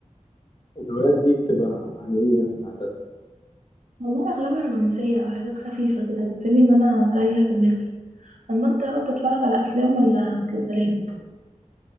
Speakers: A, on the left (about 35°); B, on the right (about 70°).
A: الهوايات دي بتبقى عن إيه يعني عادة
B: والله اغلبها رومانسيه او حاجات خفيفه كده بتساعدني ان انا اريح دماغي اما انت بقى بتتفرج على افلام ولا مسلسلات